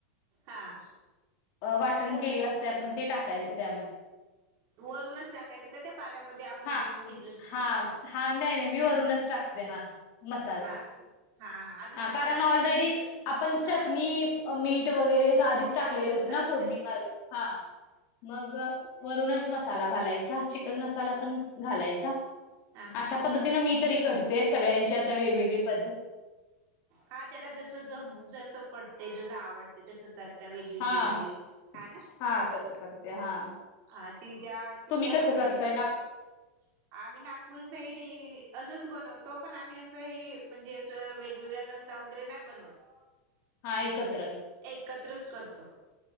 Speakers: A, on the right; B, on the left.
A: हा
B: अ वाटण
A: व
B: केलेलं असतय आपण ते टाकायचं त्यामध्ये.
A: वरूनच टाकायचं का त्या पाण्यामध्ये? आपण
B: हा
A: उकळून घेतलेल-
B: हा. हा नाही नाही. मी वरूनच टाकते हा मसाला.
A: हा हा हा. अजून
B: हा. कारण
A: जिकडे
B: ऑलरेडी
A: तिकडे
B: आपण
A: हा
B: चटणी, मीठ वगैरे आधी- टाकलेलं
A: टाकलंच
B: होत
A: राहत
B: ना फोडणी मारून? हा. मग- वरूनच मसाला घालायचा. चिकन मसाला पण घालायचा.
A: हा हा
B: अशा पद्धतीनं मी तरी करते. सगळ्यांची आता वेगवेगळी पद्धत.
A: हा. त्याला जस जम जस पटतय जस आवड- ते तसं करता वेग वेगळी
B: हा.
A: वेग वेगळी हा ना?
B: हा तसं करते. हा.
A: ह. तिच्या तिच्या
B: तुम्ही कसं
A: मधी
B: करताय ना?
A: - आम्ही नागपूर साईड असंच बनवतो. पण आम्ही असं हे म्हणजे- वेगवेगळा रस्सा वगैरे नाही बनवत.
B: हा एकत्र.
A: एकत्रच करतो